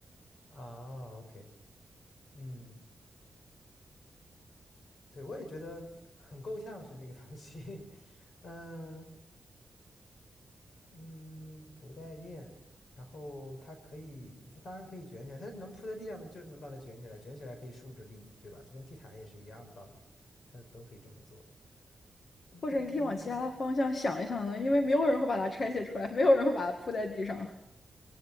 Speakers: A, on the left; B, on the left.
A: 啊，OK，嗯，对，我也觉得很够呛是那个东西，<laughs> 嗯。嗯，不带电，然后它可以，它当然可以卷起来，它是能铺在地上的，就能把它卷起来，卷起来可以竖着立，对吧？就跟地毯也是一样的道理，它都可以这么做。嗯，
B: 或者你可以往其他的方向想一想呢，因为没有人会把它拆卸出来，没有人会把它铺在地上。